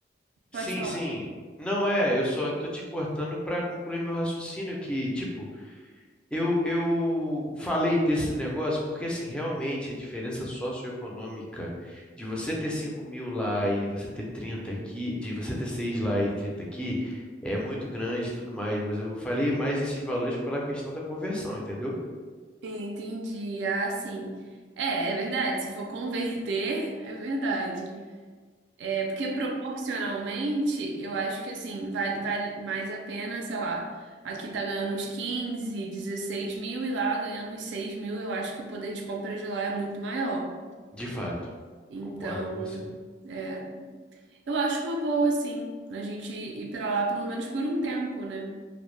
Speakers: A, on the right; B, in the centre.
A: pode
B: Sim,
A: falar.
B: sim. Não é, eu só tô te cortando para concluir meu raciocínio que, tipo, eu eu falei desse negócio porque assim, realmente a diferença socioeconômica de você ter 5 mil lá e você ter 30 aqui, de você ter 6 lá e 30 aqui, é muito grande e tudo mais, mas eu falei mais desses valores pela questão da conversão, entendeu?
A: Entendi, ah, sim. É, é verdade, se for converter, é verdade. É porque proporcionalmente, eu acho que assim, vale, vale mais a pena, sei lá, aqui tá ganhando uns 15, 16 mil e lá ganhando uns 6 mil, eu acho que o poder de compra de lá é muito maior.
B: De fato.
A: Então,
B: Concordo com você.
A: é. Eu acho uma boa, assim, a gente ir pra lá pelo menos por um tempo, né?